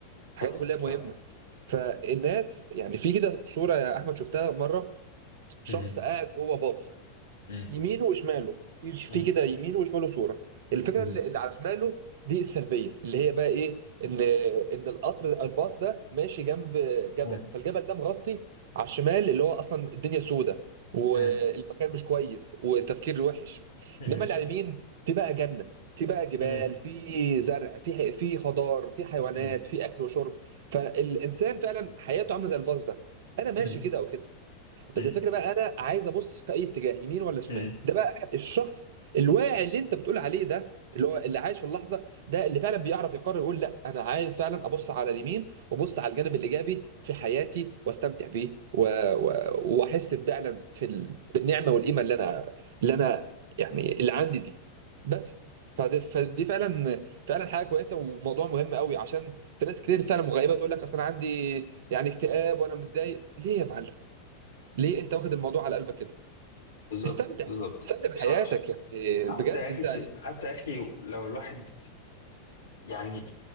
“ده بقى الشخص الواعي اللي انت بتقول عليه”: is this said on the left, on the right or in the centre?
Right